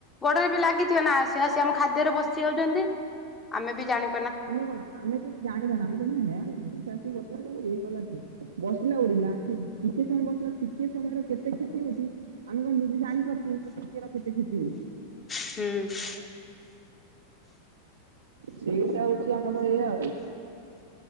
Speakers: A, on the left; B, on the right.
A: ଗୋଡରେ ବି ଲାଗିଥିବ ନା ସେ ଆସି ଆମ ଖାଦ୍ୟରେ ବସି ଯାଉଚନ୍ତି। ଆମେବି ଜାଣି
B: ଆମେ କଣ ଆମେ ଜାଣିଛ ନା ଆମେ କହୁଛନ୍ତି ହେ ମାଛି ଆସି ବସିଲା ହେ ଲାଗିବ କି ବସିଲା ଉଡିଲା ସେ ଟିକେ ସମୟ ବସିଲା ଟି ଟିକିଏ ସମୟରେ କେତେ କ୍ଷତି ହଉଛି ଆମେ କଣ ନିଜେ ଜାଣିପାରୁଛେ ସେ ଟିକିଏର କେତେ କ୍ଷତି ହଉଛି।
A: ହୁଁ।
B: ସେଇଟା ହଉଛି ଆମର ଏଇଆ ଉ ହଉଚି।